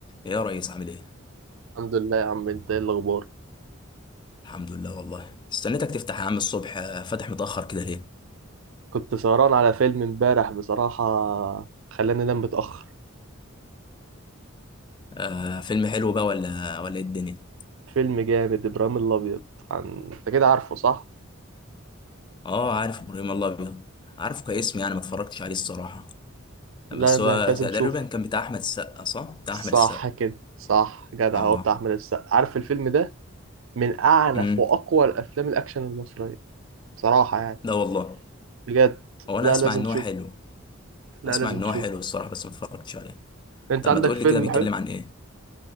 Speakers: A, on the left; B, on the right.
A: إيه يا ريس عامل ايه؟
B: الحمد لله يا عم انت ايه الاخبار
A: الحمد لله والله استنيتك تفتح يا عم الصبح آه، فاتح متأخر كده ليه؟
B: كنت سهران على فيلم امبارح بصراحة خلاني انام متأخر
A: آه فيلم حلو بقى ولا ولا ايه الدنيا؟
B: فيلم جامد ابراهيم الابيض عن... انت كده عارفه صح
A: اه عارف ابراهيم الله ابيض عارفه كاسم يعني ما اتفرجتش عليه الصراحة بس
B: لا ده
A: هو
B: انت لازم
A: تقريبا
B: تشوفه
A: كان بتاع احمد السقا صح؟ بتاع
B: صح
A: احمد السقا
B: كده صح جدع
A: اه
B: هو بتاع احمد السقا عارف الفيلم ده من اعنف
A: امم
B: واقوى الافلام الاكشن المصرية بصراحة يعني
A: ده والله
B: بجد
A: هو انا
B: لا
A: اسمع
B: لازم
A: ان
B: تشوفه
A: هو حلو
B: لا
A: اسمع
B: لازم
A: ان
B: تشوفه
A: هو حلو الصراحة بس ما اتفرجتش عليه
B: انت
A: طب
B: عندك
A: ما تقول
B: فيلم
A: لي كده بيتكلم
B: حلو
A: عن ايه؟